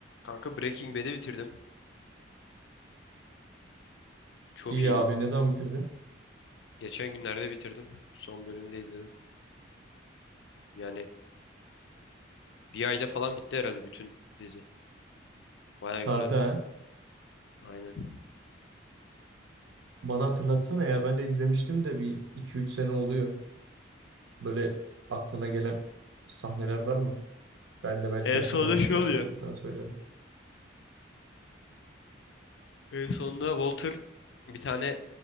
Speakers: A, on the left; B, on the right.
A: Kanka Breaking Bad'i bitirdim. Çok
B: İyi
A: iyiydi.
B: abi ne zaman bitirdin?
A: Geçen günlerde bitirdim. Son bölümünü de izledim. Yani bir ayda falan bitti herhalde bütün dizi. Baya
B: Sardı
A: güzeldi.
B: ha.
A: Aynen.
B: Bana hatırlatsana ya ben de izlemiştim de bir iki üç sene oluyor. Böyle aklına gelen sahneler var mı? Ben de belki
A: En
B: hatırlarım
A: sonunda şey
B: birkaç
A: oluyor.
B: tane sana söylerim.
A: En sonunda Walter bir tane